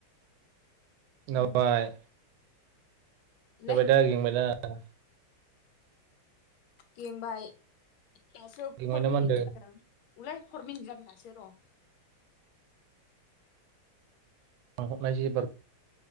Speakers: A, on the right; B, on the left.
A: <unintelligible>
B: उम
A: जाबाय
B: लै
A: दा गिंबायदा <unintelligible>
B: गेंबाय दासो
A: गेंबाय
B: फर
A: ना
B: मिनिट
A: मा होनदों
B: जादों उलाय फर मिनित जादो दासो र'
A: आहरनायसै एबार